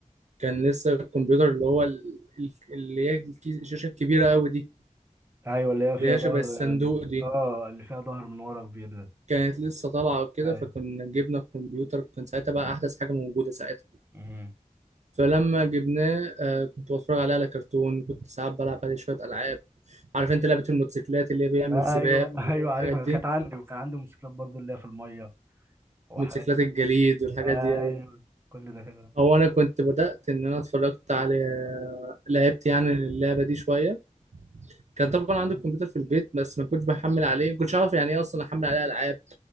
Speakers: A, on the right; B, on the right.
A: كان لسه الكمبيوتر اللي هو ال- ال- اللي هي الكي- الشاشة الكبيرة أوي دي
B: ايوه اللي هي فيها
A: اللي هي
B: ظهر
A: شبه الصندوق دي
B: اه اللي فيها ظهر من ورا كبير ده
A: كانت لسه طالعة وكده
B: ايوه
A: فكنا جبنا الكمبيوتر كان ساعتها بقى أحدث حاجة موجودة ساعتها
B: مم.
A: فلما جبناه آه كنت بتفرج عليه على كرتون كنت ساعات بلعب عليه شوية ألعاب عارف أنت لعبة الموتوسيكلات اللي هي بيعمل
B: ايوه
A: سباق
B: <laughs>
A: والحاجات
B: ايوه عارفها
A: دي
B: كانت عندي وكان عندي موتوسيكلات برضو اللي هي في الميه وحاجات
A: موتوسيكلات الجليد والحاجات
B: ايوه
A: دي أيوة.
B: كل ده كده
A: هو انا كنت بدات ان انا اتفرجت على لعبت يعني اللعبه دي شويه كان طبعا عندي الكمبيوتر في البيت بس ما كنتش بحمل عليه ما كنتش اعرف يعني ايه اصلا احمل عليه العاب